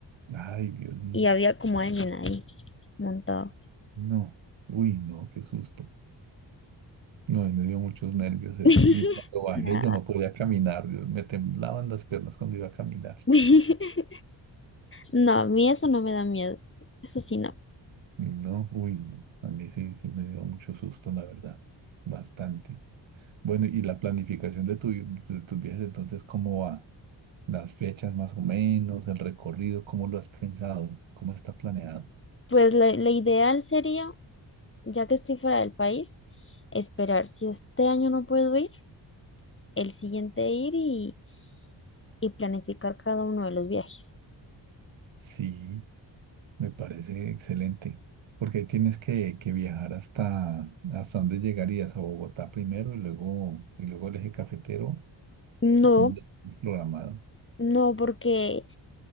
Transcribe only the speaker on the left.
y había como alguien ahí montado.
<laughs>
Nada.
<laughs> No, a mí eso no me da miedo. Eso sí, no.
Pues la, la ideal sería, ya que estoy fuera del país, esperar si este año no puedo ir, el siguiente ir y, y planificar cada uno de los viajes.
No,
no, porque